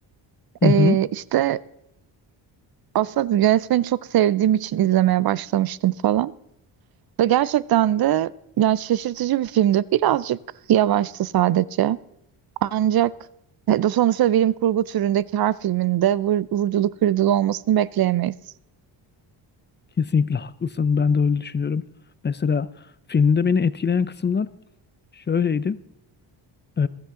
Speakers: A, on the left; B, on the right.
A: Hı
B: Ee,
A: hı.
B: işte aslında yönetmeni çok sevdiğim için izlemeye başlamıştım falan. Ve gerçekten de yani şaşırtıcı bir filmdi. Birazcık yavaştı sadece. Ancak e, de sonuçta bilim kurgu türündeki her filminde vur, vurdulu kırdılı olmasını bekleyemeyiz.
A: Kesinlikle haklısın. Ben de öyle düşünüyorum. Mesela filmde beni etkileyen kısımlar şöyleydi. Ee,